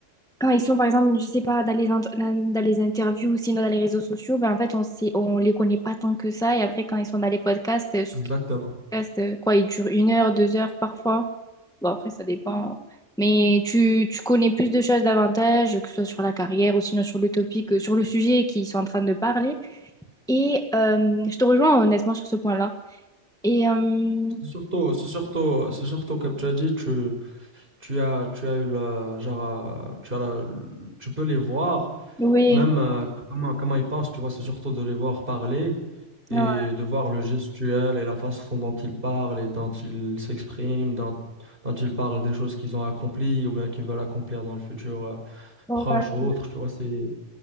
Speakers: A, in the centre; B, on the right (about 45°).
A: quand ils sont, par exemple, je sais pas, dans les, int- dans, dans les interviews ou sinon dans les réseaux sociaux, bah, en fait, on sait, on les connaît pas tant que ça. Et après, quand ils sont dans les podcasts, euh, surtout
B: Exactement.
A: les podcasts, euh, quoi, ils durent une heure, deux heures parfois. Bon, après, ça dépend. Mais tu, tu connais plus de choses davantage, que ce soit sur la carrière ou sinon sur l'utopie que sur le sujet qu'ils sont en train de parler. Et euh, je te rejoins honnêtement sur ce point-là. Et euh,
B: C'est surtout, c'est surtout, c'est surtout comme tu as dit, tu, tu as, tu as eu le, genre, euh, tu as la- tu peux les voir,
A: oui,
B: même euh, comment, comment ils pensent, tu vois, c'est surtout de les voir parler et
A: ouais,
B: de voir le gestuel et la façon dont ils parlent et dont ils s'expriment, dont, dont ils parlent des choses qu'ils ont accomplies ou bien qu'ils veulent accomplir dans le futur euh,
A: ouais.
B: proche ou autre, tu vois, c'est